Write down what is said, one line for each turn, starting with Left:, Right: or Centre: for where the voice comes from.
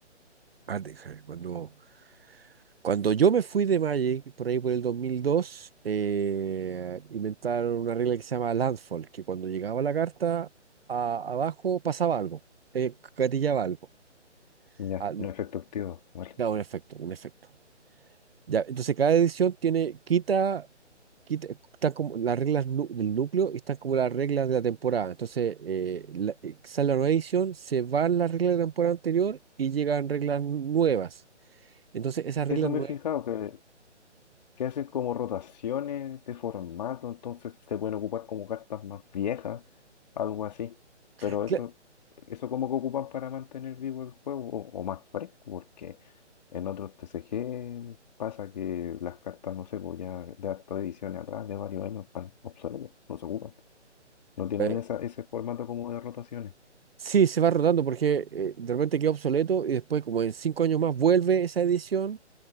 Right: ah, déjame, cuando, cuando yo me fui de Magic, por ahí por el 2002, eh, inventaron una regla que se llama Landfall, que cuando llegaba la carta a- abajo pasaba algo, eh, gatillaba algo.
Left: Ya,
Right: Ah, de-
Left: no efecto activo. Vale.
Right: daba un efecto, un efecto. Ya, entonces cada edición tiene, quita, quita, están como las reglas nu- del núcleo y están como las reglas de la temporada. Entonces, eh, la, eh, sale la nueva edición, se van las reglas de la temporada anterior y llegan reglas nuevas. Entonces, esas reglas
Left: Eso me
Right: nuevas,
Left: he fijado que que hacen como rotaciones de formato, entonces se pueden ocupar como cartas más viejas, algo así. Pero
Right: cla-
Left: eso, eso como que ocupan para mantener vivo el juego o, o más fresco, porque en otros TCG pasa que las cartas, no sé, pues ya de hartas ediciones atrás, de varios años, están obsoletas, no se ocupan. No tienen
Right: eh,
Left: esa, ese formato como de rotaciones.
Right: sí, se va rotando porque eh, de repente queda obsoleto y después, como en cinco años más, vuelve esa edición